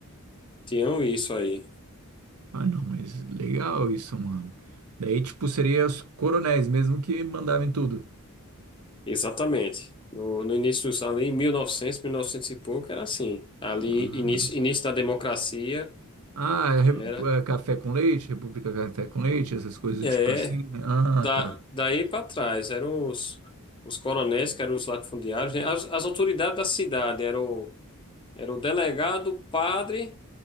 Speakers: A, on the left; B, on the right.
A: tinham isso aí.
B: ah, não, mas legal isso, mano. Daí, tipo, seria os coronéis mesmo que mandavam em tudo.
A: Exatamente. No, no início dos, ali, em 1900, novecentos e pouco, era assim. Ali,
B: Ah,
A: início, início da democracia,
B: ah é re-
A: era...
B: é café com leite, República Café com Leite, essas coisas do
A: É,
B: tipo assim. né? Ah,
A: da,
B: tá.
A: daí para trás, eram os, os coronéis, que eram os latifundiários, né? As, as autoridades da cidade, eram o, era o delegado, o padre...